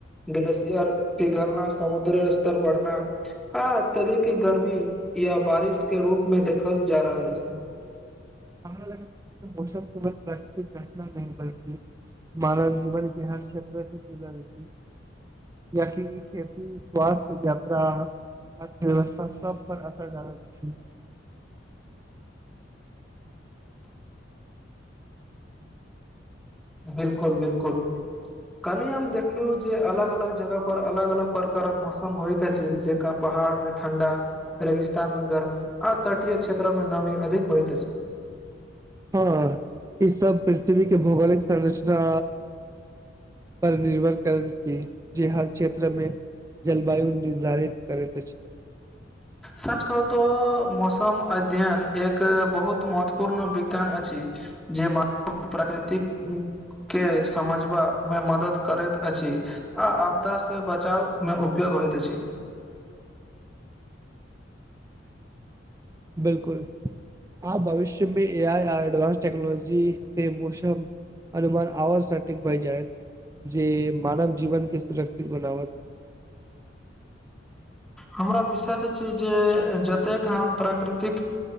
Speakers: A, in the centre; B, on the right.
A: ग्लेशियर पिघालना समुद्री स्तर बढ़ना आ अत्यधिक गर्मी या बारिश के रूप में देखल जा रहल छै
B: हमरा लग मौसम केवल घटना नहि बल्कि मानव जीवन के हर क्षेत्र <unintelligible> याकि खेती स्वास्थ्य यात्रा अर्थव्यवस्था सब पर असर डालैत अछि
A: बिलकुल बिलकुल कलऽ हि हम देखलु जे अलग अलग जगह पर अलग अलग प्रकारक मौसम होइत अछि जेक पहाड़ में ठंडा रेगिस्तान में गर्मी आ तटीय क्षेत्र में नमी अधिक होयइत अछि
B: हँ ई सब पृथ्वी के भौगोलिक संरचना पर निर्भर करैत छी जे हर क्षेत्र मे जलवायु निर्धारित करैत अछि
A: सच कहू तऽ मौसम अध्ययन एक बहुत महत्वपूर्ण विज्ञान अछि जे मान प्राकृतिक के समझबा मे मदद करैत अछि आ आपदा से बचाव मे उपयोग होइत अछि
B: बिलकुल आ भविष्य में ए आइ आ एडवानंस टेक्नोलॉजी से मौसम अनुमान आवाज साटीक बहिजेत जे मानव जीवन के सुरक्षित बनाबत
A: हमरा विश्वास अछि जे जतेक हम प्राकृतिक